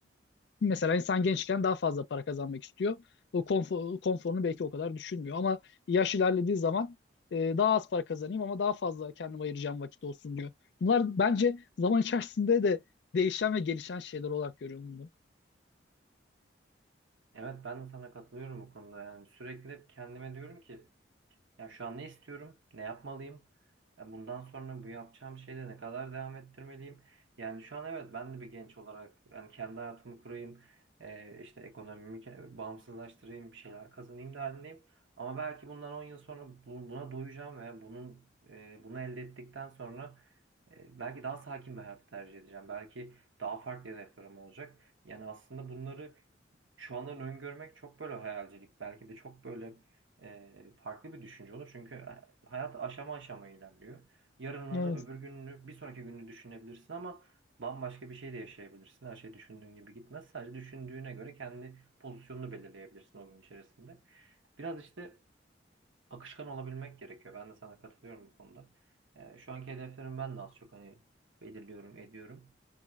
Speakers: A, on the left; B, on the right.
A: Mesela insan gençken daha fazla para kazanmak istiyor. O konfor, konforunu belki o kadar düşünmüyor. Ama yaş ilerlediği zaman e, daha az para kazanayım ama daha fazla kendime ayıracağım vakit olsun diyor. Bunlar bence zaman içerisinde de değişen ve gelişen şeyler olarak görüyorum bunları.
B: Evet ben de sana katılıyorum bu konuda. Yani sürekli hep kendime diyorum ki yani şu an ne istiyorum? Ne yapmalıyım? E, Bundan sonra bu yapacağım şeyde ne kadar devam ettirmeliyim? Yani şu an evet ben de bir genç olarak yani kendi hayatımı kurayım. e, işte ekonomimi ke- bağımsızlaştırayım. Bir şeyler kazanayım derdindeyim. Ama belki bundan 10 yıl sonra bu- buna doyacağım ve bunun e, bunu elde ettikten sonra e, belki daha sakin bir hayatı tercih edeceğim. Belki daha farklı hedeflerim olacak. Yani aslında bunları şu andan öngörmek çok böyle hayalcilik. Belki de çok böyle e, farklı bir düşünce olur. Çünkü hayat aşama aşama ilerliyor. Yarınını,
A: Evet.
B: öbür gününü, bir sonraki gününü düşünebilirsin ama bambaşka bir şey de yaşayabilirsin. Her şey düşündüğün gibi gitmez. Sadece düşündüğüne göre kendi pozisyonunu belirleyebilirsin o gün içerisinde. Biraz işte akışkan olabilmek gerekiyor. Ben de sana katılıyorum bu konuda. E, şu anki hedeflerim ben de az çok hani belirliyorum, ediyorum.